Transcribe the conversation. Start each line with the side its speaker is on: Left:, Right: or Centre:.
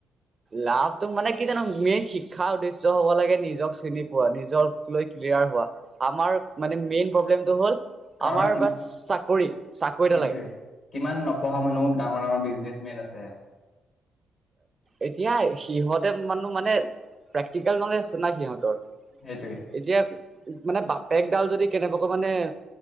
Right: লাভটো মানে কি জান' মেইন শিক্ষা উদেশ্য হ'ব লাগে নিজক চিনি পোৱা, নিজক লৈ ক্লিয়াৰ হোৱা, আমাৰ মানে মেইন প্ৰব্লেমটো হ'ল
Left: কাৰণ
Right: আমাৰ
Left: কিম,
Right: বাছ চাকৰি চাকৰি এটা
Left: সেইটোয়ে
Right: লাগে
Left: কিমান নপঢ়া মানুহ ডাঙৰ-ডাঙৰ বিজনেচমেন আছে।
Right: এতিয়া সিহঁতে মানুহ মানে প্ৰেক্টিকেল ন'লেজ নাই সিহঁতৰ।
Left: সেইটোৱে।
Right: এতিয়া মানে বাপেকডাল যদি কেনেবাকৈ মানে